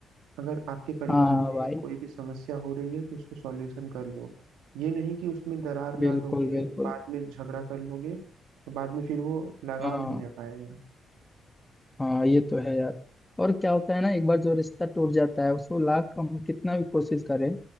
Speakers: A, on the right; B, on the left.
A: अगर आपके परिवार
B: हाँ हाँ
A: में
B: भाई
A: कोई भी समस्या हो रही है तो उसको सॉल्यूशन कर लो ये नहीं कि उसमें दरार
B: बिल्कुल
A: ला दोगे
B: बिल्कुल
A: बाद में झगड़ा कर लोगे तो बाद में फिर वो लगाव
B: हाँ
A: नहीं रह पाएगा
B: हाँ ये तो है यार और क्या होता है ना एक बार जो रिश्ता टूट जाता है उसको लाख हम कितना भी कोशिश करें